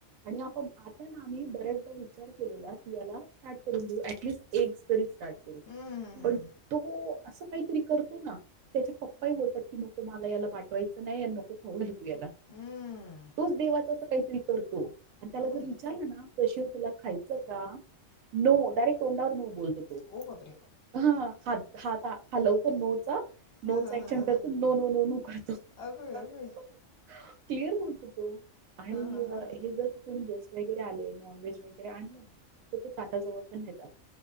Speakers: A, on the right; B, on the left.
A: आणि आपोआप आत्ता ना आम्ही बर्याच विचार केलेला की, याला स्टार्ट करून ऍट्लिस्ट एक तरी स्टार्ट
B: हं, हं,
A: <unintelligible>
B: हं,
A: पण
B: हं,
A: तो असं काहीतरी करतो ना त्याचे पप्पाही बोलतात की, नको मला याला पाठवायचं नाही आणि नको खावू घालूस. गेला
B: हं.
A: तोच देवाच अस काहीतरी करतो आणि त्याला
B: अगो
A: जर
B: बाई
A: विचारलं ना पैसे तुला खायचं का नो डायरेक्ट तोंडावर नो बोलतो. तो
B: वो बापरे.
A: हा हात हात हालवतो नो
B: हां
A: नो
B: हां
A: चा ॲक्शन
B: हां हां
A: करतो नो नो नो नो करतो.
B: अगो बाई
A: क्लिअर
B: अगो बाई
A: बोलतो तो आणि
B: हां हां हां हां
A: हे जर कोणी गेस्ट वगैरे आले नॉन व्हेज. वैगेरे आणल ना तर तो ताटाजवळ पण नाही जात